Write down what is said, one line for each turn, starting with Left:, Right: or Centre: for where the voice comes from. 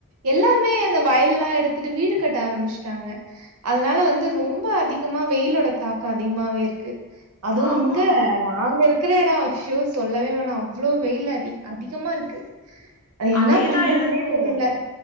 Right: எல்லாமே அந்த வயல்லா எடுத்துட்டு வீடு கட்ட ஆரம்சிட்டாங்க அதனால வந்து ரொம்ப அதிகமா வெயிலோட தாக்கோ அதிகமாவே இருக்கு அதுவு
Left: ஆமா
Right: இங்க நாங்க இருக் கிரயடோ சோ சொல்லவே வேணா அவ்ளோ வெயில் அதிக் அதிகமா இருக்கு அது என்ன
Left: அதேதா
Right: பண்றதின்னே
Left: எனக்கு
Right: தெரியல